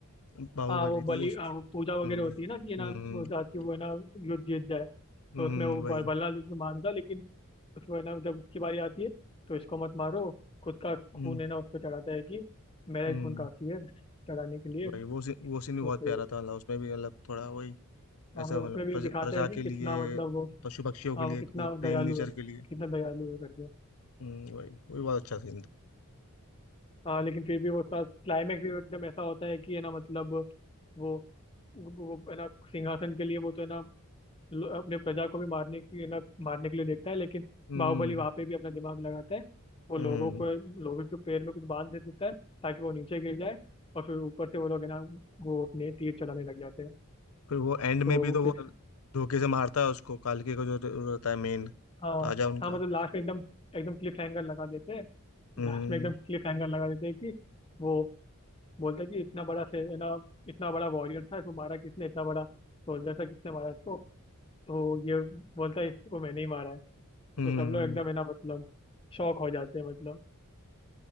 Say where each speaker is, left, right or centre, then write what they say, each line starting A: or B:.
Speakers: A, on the left (about 70°); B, on the left (about 25°).
A: बाहुबली
B: हाँ वो बलि
A: तो वो
B: हाँ, वो पूजा वगैरह
A: हम्म
B: होती है ना कि है ना
A: हम्म
B: वो जाके वो है ना युद्ध जीत जाए
A: हम्म,
B: तो उसमें वो ब-
A: वही
B: बल्ला लेके मारता लेकिन उसको है ना जब उसकी बारी आती है तो इसको मत मारो खुद का
A: हम्म
B: खून है ना उसको चढ़ाता है कि मेरा
A: हम्म,
B: ही खून काफी है चढ़ाने के लिए
A: वही वो सीन
B: तो
A: वो सीन भी बहुत
B: फिर
A: प्यारा था मतलब उसमें भी मतलब थोड़ा वही
B: हाँ
A: ऐसा
B: मतलब
A: मतलब
B: उसमें भी
A: प्रजा
B: दिखाता
A: प्रजा
B: है कि
A: के
B: कितना
A: लिए
B: मतलब वो
A: पशु पक्षियों
B: हाँ
A: के लिए
B: वो कितना
A: वो प्रेम
B: दयालु
A: नेचर
B: है
A: के लिए
B: कितना दयालु है करके
A: हम्म वही वही बहुत अच्छा सीन था
B: हाँ लेकिन फिर भी वो उसका क्लाइमैक्स भी एकदम ऐसा होता है कि है ना मतलब वो वो वो है ना सिंहासन के लिए वो तो है ना ल- अपने प्रजा को भी मारने की है ना मारने के लिए देखता है लेकिन
A: हम्म
B: बाहुबली वहाँ पे भी अपना दिमाग लगाता है वो
A: हम्म
B: लोगों को लोगों के पैर में कुछ बांध दे देता है ताकि वो नीचे गिर जाए और फिर ऊपर से वो लोग है ना वो अपने तीर चलाने लग जाते हैं
A: फिर वो एंड में
B: तो
A: भी तो
B: फिर
A: वो धोखे से मारता है उसको कालके का जो रहता है मेन
B: हाँ
A: राजा उनका
B: हाँ मतलब लास्ट में एकदम एकदम क्लिफ हैंगर लगा देते हैं
A: हम्म
B: लास्ट में एकदम क्लिफ हैंगर लगा देते हैं कि वो बोलता है कि इतना बड़ा से है ना इतना बड़ा वॉरियर था इसको मारा किसने इतना बड़ा सोल्जर था किसने मारा इसको तो ये बोलता है इसको मैंने ही मारा है तो
A: हम्म
B: सब लोग एकदम है ना मतलब शॉक हो जाते हैं मतलब